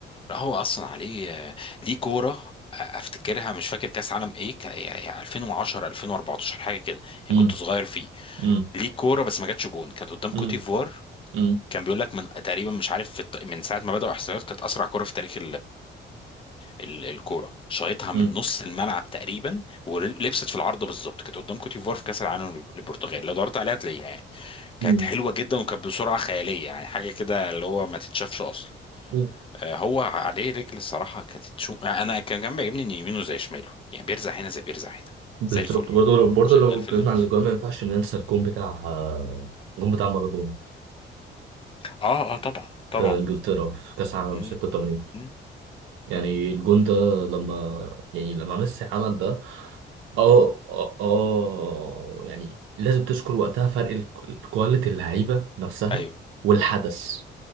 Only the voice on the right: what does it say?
مم.
مم.
مم.
مم.
مم.
مم.
مم.
بالظبط
برضه لو برضه
لو اتكلمنا
عن الاجوان ما ينفعش ننسى الجون بتاع آه، الجون بتاع مارادونا
في انجلترا في كاس العالم
86
يعني الجون ده لما يعني لما ميسي عمل ده اه اه آه، يعني لازم تذكر وقتها فرق الك- الكواليتي اللعيبه نفسها
والحدث